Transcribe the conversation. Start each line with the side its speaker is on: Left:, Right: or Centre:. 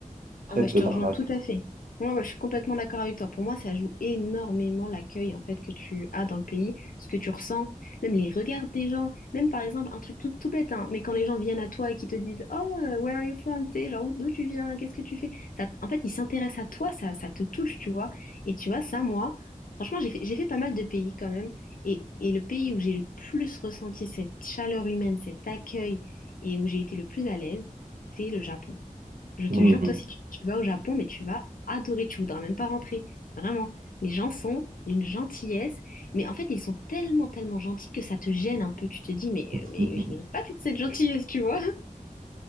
Right: très
Left: Ah bah, je
Right: peu
Left: te
Right: d'arnaques.
Left: rejoins tout à fait. Moi, ouais, je suis complètement d'accord avec toi. Pour moi, ça joue énormément l'accueil en fait que tu as dans le pays, ce que tu ressens, même les regards des gens, même par exemple un truc tout, tout bête, hein, mais quand les gens viennent à toi et qui te disent Oh, euh, where are you from? Tu sais, genre d'où d'où tu viens, qu'est-ce que tu fais? Ça, en fait, ils s'intéressent à toi, ça, ça te touche, tu vois. Et tu vois, ça, moi, franchement, j'ai fait, j'ai fait pas mal de pays quand même. Et, et le pays où j'ai le plus ressenti cette chaleur humaine, cet accueil et où j'ai été le plus à l'aise, c'est le Japon. Je te
Right: Mhm.
Left: jure,
Right: Mhm.
Left: toi, si tu, tu vas au Japon, mais tu vas adorer, tu voudras même pas rentrer. Vraiment. Les gens sont d'une gentillesse, mais en fait, ils sont tellement, tellement gentils que ça te gêne un peu. Tu te dis, mais,
Right: <laughs>
Left: mais je mérite pas toute cette gentillesse, tu vois.